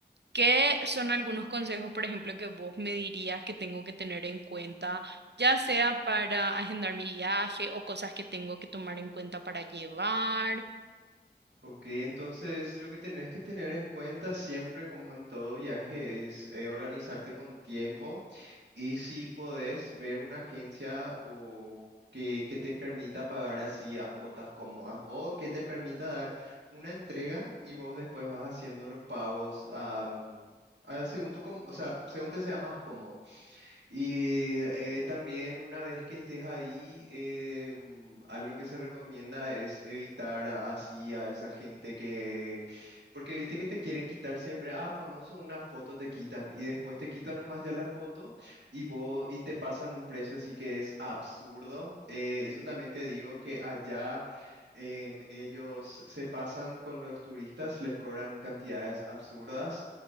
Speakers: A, on the right; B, on the right.
A: ¿qué son algunos consejos, por ejemplo, que vos me dirías que tengo que tener en cuenta, ya sea para agendar mi viaje o cosas que tengo que tomar en cuenta para llevar?
B: Ok, entonces lo que tenés que tener en cuenta siempre, como en todo viaje, es eh, organizarte con tiempo y si podés ver una agencia o que, que te permita pagar así a cuotas cómodas o que te permita dar una entrega y vos después vas haciendo los pagos am, a- según tu, com- o sea, según te sea más cómodo. Y eh, también una vez que estés ahí, eh, mm, algo que se recomienda es evitar a- así a esa gente que, porque viste que te quieren quitar siempre, ah, famoso, una foto te quitan y después te quitan nomás ya la foto y vos y te pasan un precio así que es absurdo. Eh, eso también te digo que allá em, ellos se pasan con los turistas, les cobran cantidades absurdas